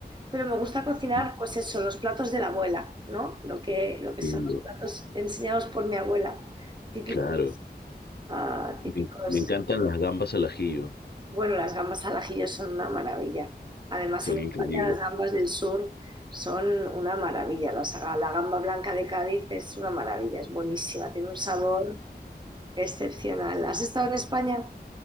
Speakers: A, on the right (about 25°); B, on the left (about 70°).
A: pero me gusta cocinar,
B: ujú,
A: pues eso, los platos de la abuela, ¿no? Lo que, lo que
B: lindo.
A: son los platos enseñados por mi abuela, típicos,
B: Claro.
A: ah, típicos.
B: Me, me encantan las gambas al ajillo.
A: Bueno, las gambas al ajillo son una maravilla. Además,
B: Son
A: en
B: increíbles.
A: España las gambas del sur son una maravilla. Las- la gamba blanca de Cádiz es una maravilla, es buenísima, tiene un sabor excepcional. ¿Has estado en España?